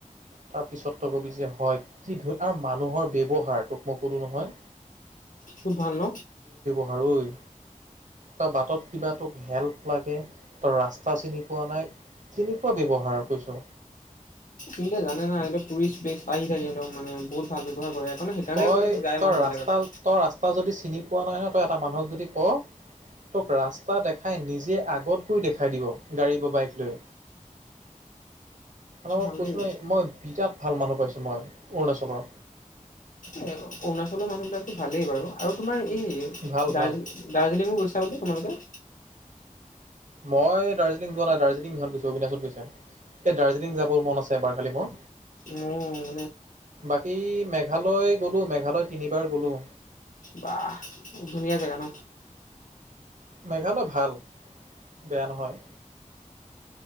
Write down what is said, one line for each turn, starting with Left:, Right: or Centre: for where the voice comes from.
Right: তাৰ পিছত ত কবি যে হয় কি ধৰি আৰু মানুহৰ ব্যৱহাৰ তোক মই কলো নহয়।
Left: খুব ভাল ন
Right: পাৰই তই বাটত কিবা তোক হেল্প লাগে তই ৰাস্তা চিনি পোৱা নাই। কেনেকুৱা ব্যৱহাৰ কৈছ।
Left: কিন্তু জানে না এ টুইষ্টপেচ আহি থাকে ন একদম মানে বহুত ভাল ব্যৱহাৰ সেইকাৰণে কৰে। সেইকাৰণে
Right: তই
Left: এইবিলাক যায়
Right: তই
Left: মানুহবিলাক
Right: ৰাস্তা
Left: আকৌ।
Right: তই ৰাস্তা যদি চিনি পোৱা নাই নহয় তই এটা মানুহক যদি। ক তোক ৰাস্তা দে- খাই নিজে আগতকৈ দেখাই দিব গাড়ী বা বাইক লৈ ম
Left: ভালেই
Right: কৈছো ন মই বিৰাট ভাল মানুহ পাইছোঁ মই অৰুণাচলৰ-
Left: এ অৰুণাচলৰ মানুহ বিলাকো ভালেই বাৰু আৰু তোমাৰ- এই
Right: ভাল
Left: দাৰ্জ
Right: ভাল
Left: দাৰ্জিলিঙো গৈছা বোলে তোমালোকে
Right: মই দাৰ্জিলিং যোৱা নাই দাৰ্জিলিং ইহত গৈছে অবিনাশহত গৈছে এই দাৰ্জিলিং যাবৰ মন আছে এবাৰ খালি। মোৰ
Left: মো-
Right: বাকী মেঘালয় গলো মেঘালয় তিনিবাৰ গলো-
Left: বাহ ধুনীয়া জেগা ন
Right: মেঘালয় ভাল বেয়া নহয়।